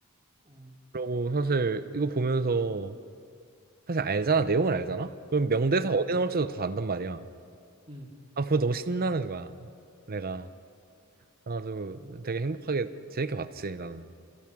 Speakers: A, on the right (about 25°); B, on the right (about 40°).
A: 어,
B: 그리고 사실 이거 보면서 사실 알잖아. 내용을 알잖아. 그럼 명대사
A: 음,
B: 어디 나올지도 다 안단 말이야.
A: 음,
B: 아, 보고 너무 신나는 거야. 내가. 그래가지고 되게 행복하게 재밌게 봤지, 나는.